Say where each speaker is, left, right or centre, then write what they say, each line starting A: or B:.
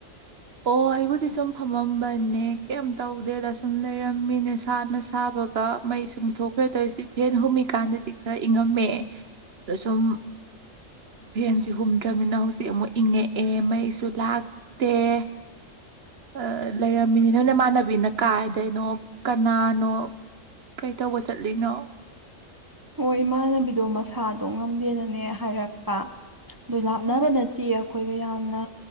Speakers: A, on the right (about 55°); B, on the right (about 20°).
A: ꯑꯣ ꯑꯩꯕꯨ ꯗꯤ ꯁꯨꯝ ꯐꯝꯃꯝꯕꯅꯦ ꯀꯦꯝ ꯇꯧꯗꯦꯗ ꯁꯨꯝ ꯂꯩꯔꯝꯃꯤꯅꯦ ꯁꯥꯅ ꯁꯥꯕꯒ ꯃꯩꯁꯨ ꯃꯨꯠꯊꯣꯛꯈ꯭ꯔꯦ ꯇꯧꯔꯤꯁꯤ ꯐꯦꯟ ꯍꯨꯝꯃꯤꯀꯥꯟꯗꯗꯤ ꯈꯔ ꯏꯪꯉꯝꯃꯦ ꯑꯗ ꯁꯨꯝ ꯐꯦꯟꯁꯦ ꯍꯨꯝꯗ꯭ꯔꯕꯅꯤꯅ ꯍꯧꯖꯤꯛ ꯑꯃꯨꯛ ꯏꯪꯉꯦ ꯑꯦ ꯃꯩꯁꯨ ꯂꯥꯛꯇꯦ ꯑ ꯂꯩꯔꯝꯃꯤꯅꯦ ꯅꯣꯏ ꯅꯃꯥꯟꯅꯕꯤꯅ ꯀꯥꯏꯗꯩꯅꯣ ꯀꯅꯥꯅꯣ ꯀꯩꯇꯧꯕ ꯆꯠꯂꯤꯅꯣ
B: ꯑꯩꯈꯣꯏ ꯏꯃꯥꯟꯅꯕꯤꯗꯣ ꯃꯁꯥ ꯁꯥꯗꯣ ꯉꯝꯗꯦꯅꯅꯦ ꯍꯥꯏꯔꯛꯄ ꯑꯗꯨꯏ ꯂꯥꯞꯅꯕ ꯅꯠꯇꯤꯌꯦ ꯑꯩꯈꯣꯏꯒ ꯌꯥꯝꯅ